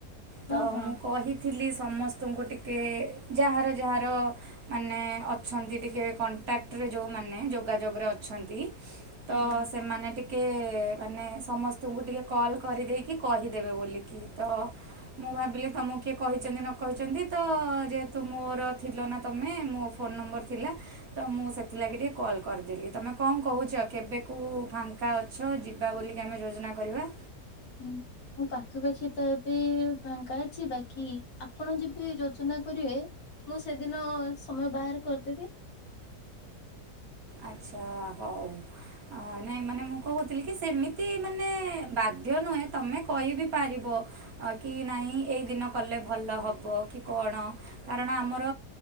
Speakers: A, on the left; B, on the right.
A: ହଁ
B: ତ
A: ହଁ
B: ମୁଁ କହିଥିଲି ସମସ୍ତଙ୍କୁ ଟିକେ ଯାହାର ଯାହାର ମାନେ ଅଛନ୍ତି ଟିକେ କଣ୍ଟାକ୍ଟରେ ଯୋଉମାନେ ଯୋଗାଯୋଗ ରେ ଅ ଅଛନ୍ତି ତ
A: ଆଜ୍ଞା
B: ସେମାନେ ଟି ଟିକ ମାନେ ସମସ୍ତଙ୍କୁ ଟିକେ କଲ୍ କରିଦେଇକି କହିଦେବେ ବୋଲିକି ତ ମୁଁ ଭାବିଲି ତମକୁ କିଏ କହିଛନ୍ତି ନ କହିଛନ୍ତି ତ ଯେହେତୁ ମୋର ଥିଲ ନା ତମେ ମୋ ଫୋନ ନମ୍ବର ଥିଲା ତ ମୁଁ ସେଥିଲାଗି ଟିକେ କଲ କରିଦେଲି ତମେ କଣ କହୁଛ କେବେକୁ ଫାଙ୍କା ଅଛ ଯିବା ବୋଲିକି ଆମେ ଯୋଜନା କରିବା?
A: ହୁଁ। ମୁଁ ପାଖାପାଖି ତ ଏବେ ଫାଙ୍ଗା ଅଛି ବାକି ଆପଣ ଯେବେ ଯୋଜନା କରିବେ। ମୁଁ ସେଦିନ ସମୟ ବାହାର କରିଦେବି।
B: ଆଚ୍ଛା ହଉ। ହ ନାଇଁ ମାନେ ମୁଁ କହୁଥିଲି କି ସେମିତି ମାନେ ବାଧ୍ୟ ନୁହେଁ ତମେ କହିିବି ପାରିବ। କି ନାଇଁ ଏଇ ଦିନ କଲେ ଭଲ ହବ କି କଣ। କାରଣ ଆମର